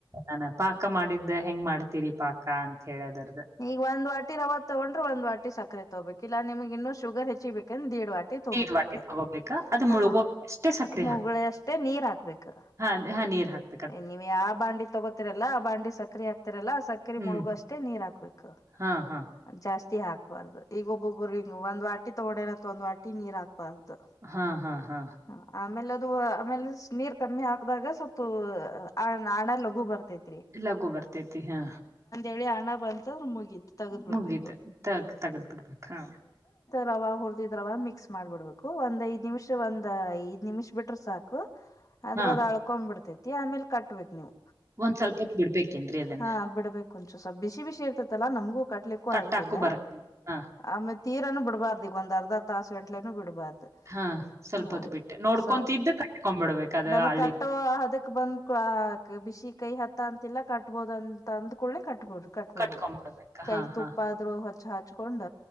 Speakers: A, on the right; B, on the left.
A: ಅಾನ ಪಾಕ ಮಾಡಿದ್ದ ಹೆಂಗ್ ಮಾಡ್ತೀರಿ ಪಾಕ ಅಂತ ಹೇಳ ಅದರ್
B: ಈಗ ಒಂದ್ ವಾ ರವ ತೊಗೊಂಡ್ರೆ ಒಂದ್ ವಾ ಸಕ್ಕರೆ ತಗೋಬೇಕಕ್ ಇಾ ನಿಮ್ಗ್ ಇನ್ನುೂ ಶುಗರ್ ಹೆಚ್ಚಿಬೇಕಂದ್ರ ದೇಡ್. ತಗೋಬೇಕು
A: ನೀರ್ ವಾಟಿ ತಗೋಬೇಕ ಅದು
B: ಹ
A: ಮುಳುಗೋ ಅಷ್ಟೇ ಸಕ್ರಿ
B: ಮುಳೆ
A: ಹಾಕ್
B: ಅಷ್ಟೇ ನೀರ್ ಹಾಕ್ಬೇಕು
A: ಹಾ ಹಾ ನೀ ಹಾತದೆ
B: ನೀವ ಯಾವ ಬಾಂಡಿ ತಗೋತಿರಲ್ಲ ಆ ಬಾಂಡಿ ಸಕರೆ ಹಾಕ್ತಿರಲ್ಲ ಆ ಸಕ್ಕರೆ
A: ಹ್ಮ್
B: ಮುಳುಗು ಅಷ್ಟೇ ನೀರ್ ಹಾಕುದು
A: ಹಾ ಹಾ
B: ಜಾಸ್ತಿ ಹಾಕ್ಬಾರ್ದು ಈಗ ಒಬ್ಬೊಬ್ಬರು ಈಗ ಒಂದ್ ವಾಿ ತಗೊಂಡೇನತ್ತ ಒಂದ್ ವಾಿ ನೀರ್ ಹಾಕ್ಬಾರ್ದು
A: ಹಾ ಹಾ ಹಾ
B: ಹ ಆಮೇಲೆ ಅದು ಆಮೇಲೆ ನೀರ್ ಕಮ್ಮಿ ಹಾಕದಾಗ ಸ್ವಲ್ಪ ಆ ನಾಣ ಲಗು ಬರ್ತೈತಿ
A: ಎಲ್ಲಗೋ ಬರ್ತೈತಿ ಹಾ
B: ಒಂದ್ಳಿ ಹಣ್ಣ ಬಂತಂದ್ರೆ ಮುಗೀತು ತಗದ್ ಬಿಡ್ಬೇಕು
A: ಮುಗಿತ ತ ತಗದ್ ಬಿಡ್ಬೇಕಕ್ ಹ
B: ರವ ಹುದ್ ರವ ಮಿಕ್ಸ್ ಮಾಡ್ಬಿಡ್ಬೇಕು ಒಂದ್ಐ್ ನಿಮಿಷ ಒಂದ್ ಐದ ನಿಮಿಷ ಬಿಟ್ರ ಸಾಕು ಅಂದ್ರ
A: ಹಾ
B: ಅದ ಅಳ್ಕೊಂಡ್ ಬಿಿಡ್ತ ಆಮೇಲೆ ಕಟ್ಬೇಕ ನೀವು
A: ಒಂದ್ ಸ್ವಲ್ಪ ಹೊತ್ ಬಿಡ್ಬೇಕೇನ್ರೀ ಅದನ್ನ
B: ಹ ಬಿಡ್ಬೇಕು ಒಂಚು ಸ್ ಬಿಸಿ ಬಿಸಿ ಇರ್ತತಲ್ಲಾ ನಮ್ಗೂ ಕಟ್ಲಿಕ್ಕೂ
A: ಕಟ್ಟಾಕು
B: ಆಗೋುದಿಲ್ಲ
A: ಬರ ಹಾ
B: ಆಮೇ ತೀರಾನನು ಬಿಬಾರ್ದ ಈಗ ಒಂದ್ ಅರ್ಧರ್ ತಾಸ ಗಂಟ್ಲನುೂ ಬಿಡ್ಬಾರ್ದು
A: ಹಾ ಸ್ವಲ್ಪ
B: ಹಾ
A: ಹೊತ್ ಬಿಟ್ಟೆ ನೋಡ್ಕೊಂತಿದ್ದು
B: ಸ್ವಲ್ಪ
A: ಕಟ್ಕೊಂಡ್ ಬಿಡ್ಬೇಕು ಅದ
B: ನಮಗ್
A: ಹಳ್ಳಿ
B: ಕಟ್ಟೋ ಅದಕ್ ಬಂದ್ ಬಿಸಿ ಕೈ ಹತ್ತ ಅಂತಿಲ್ಲಾ ಕಟ್ಬೋದ ಅಂತ ಅಂದ್ ಕಡ್ಲೆ ಕಟ್ಬೋದ್ರ ಕಟ್ಬಿಡ್ಬಹದು
A: ಕಟ್ಕೊಂಡ್ಬಿಡ್ಬೇಕ
B: ಕೈಗೆ
A: ಹಾ ಹಾ
B: ತುಪ್ಪ ಆದ್ರೂ ಹಚ್ಚ ಹಚ್ಕೊಂಡ